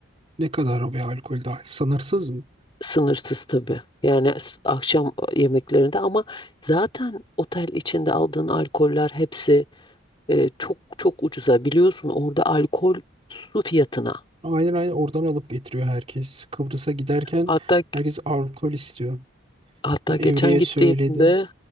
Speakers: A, on the right; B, on the left.
A: Ne kadar o bir alkol dahil? Sınırsız mı?
B: Sınırsız tabii. Yani s- akşam e, yemeklerinde ama zaten otel içinde aldığın alkoller hepsi e, çok çok ucuza biliyorsun orada alkol su fiyatına.
A: Aynen aynen oradan alıp getiriyor herkes. Kıbrıs'a giderken
B: Hatta
A: herkes alkol istiyor.
B: Hatta
A: Ben
B: geçen
A: Emre'ye
B: gittiğimde
A: söyledim.